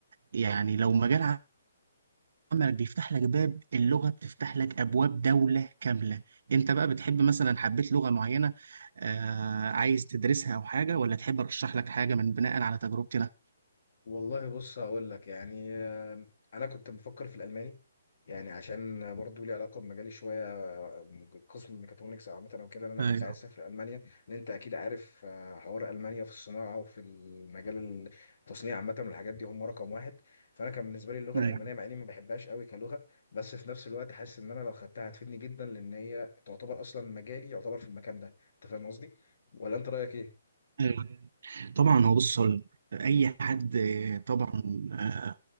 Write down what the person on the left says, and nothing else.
والله بص هقول لك يعني آه، انا كنت بفكر في الالماني يعني عشان برضو لي علاقه بمجالي شويه آه، قسم ميكاترونكس او عامه او كده إن انا
كنت عايز اسافر المانيا لان انت اكيد عارف آه، حوار المانيا في الصناعه وفي المجال التصنيع عامه والحاجات دي هم رقم واحد فانا كان بالنسبه لي اللغه
الالمانيه مع اني ما بحبهاش قوي كلغه بس في نفس الوقت حاسس ان انا لو خدتها هتفيدني جدا لان هي تعتبر اصلا مجالي يعتبر في المكان ده انت فاهم قصدي ولا انت رايك ايه